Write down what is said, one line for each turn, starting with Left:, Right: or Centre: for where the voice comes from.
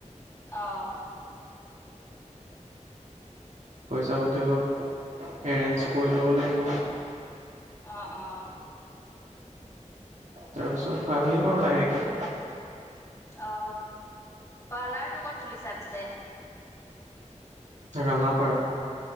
Left: অ',
Right: পইচা পাতি অলপ এৰেঞ্জ কৰি ল'ব লাগিব।
Left: অ' অ'।
Right: তাৰপিছত ভাবিম আৰু লাহেকে।
Left: অ, পাৰ্লাৰটো কত খুলিছা পিছে?
Right: ৰঙাপাৰা।